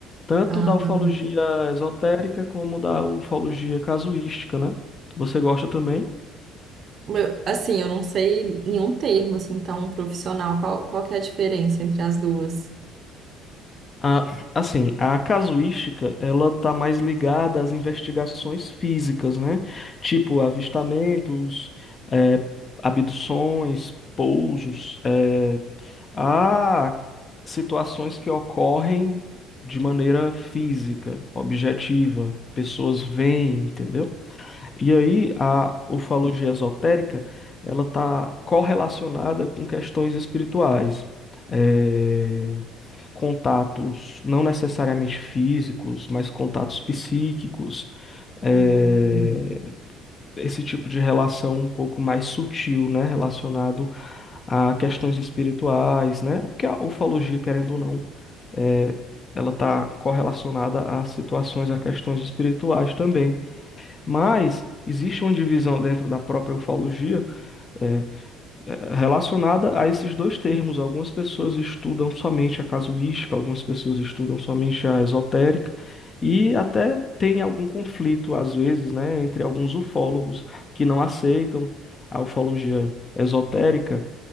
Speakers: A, on the left; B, on the right.
A: Tanto
B: Ah,
A: da ufologia esotérica como da ufologia casuística, né? Você gosta também?
B: eu- assim, eu não sei nenhum termo assim tão profissional. Qual, qual que é a diferença entre as duas?
A: A, assim, a casuística, ela tá mais ligada às investigações físicas, né? Tipo avistamentos, eh, abduções, pousos, eh, a situações que ocorrem de maneira física, objetiva. Pessoas veem, entendeu? E aí, a ufologia esotérica, ela está correlacionada com questões espirituais, eh, contatos não necessariamente físicos, mas contatos psíquicos, eh,
B: Hum,
A: esse tipo de relação um pouco mais sutil, né, relacionado a questões espirituais, né? Porque a ufologia, querendo ou não, eh, ela está correlacionada a situações, a questões espirituais também. Mas existe uma divisão dentro da própria ufologia é, é, relacionada a esses dois termos. Algumas pessoas estudam somente a casuística, algumas pessoas estudam somente a esotérica, e até tem algum conflito, às vezes, né, entre alguns ufólogos que não aceitam a ufologia esotérica